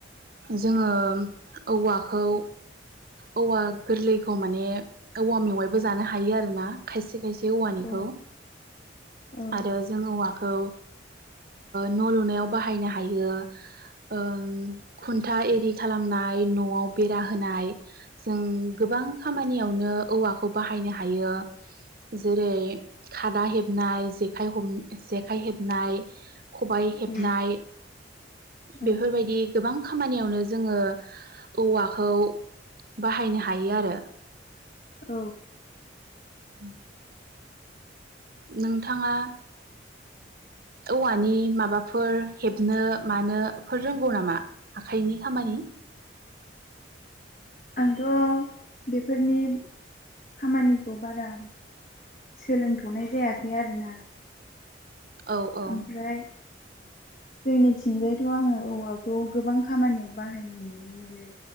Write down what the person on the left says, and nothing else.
औ औ
औ औ
औ।
आंथ' बेफोरनि खामानिखौ बारा सोलोंथ'नाय जायाखै आरोना।
ओमफ्राय जोंनिथिंजायथ' आङो औवाखौ गोबां खामानियाव बाहायनाय नुनो मोनो